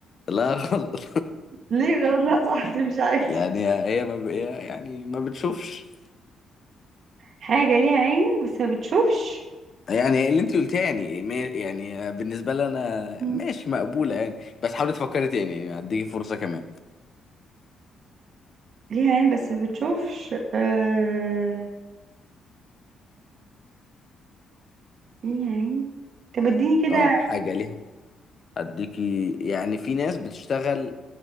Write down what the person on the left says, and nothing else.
لا <laughs> غلط
يعني هي ما ب... يعني ما بتشوفش
يعني اللي انت قلتيه يعني ما- يعني بالنسبة لي انا
ماشي مقبولة يعني بس حاولي تفكري تاني يعني هديكي فرصة كمان
اه حاجة ليها هديكي يعني في ناس بتشتغل